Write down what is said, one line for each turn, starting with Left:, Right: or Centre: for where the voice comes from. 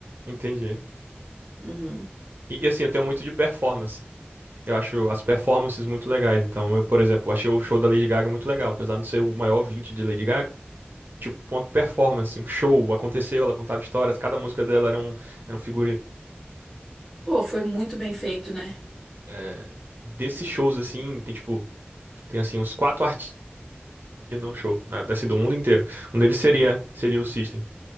Right: Entendi.
Centre: Uhum.
Right: E, e, assim, eu tenho muito de performance. Eu acho as performances muito legais. Então, eu, por exemplo, achei o show da Lady Gaga muito legal, apesar de não ser o maior ouvinte de Lady Gaga. Tipo, uma performance, um show, aconteceu, ela contava histórias, cada música dela era um, era um figurino
Centre: Pô, foi muito bem feito, né?
Right: é, desses shows, assim, tem tipo, tem assim uns quatro artistas num show, na, assim, do mundo inteiro. Um deles seria, seria o System.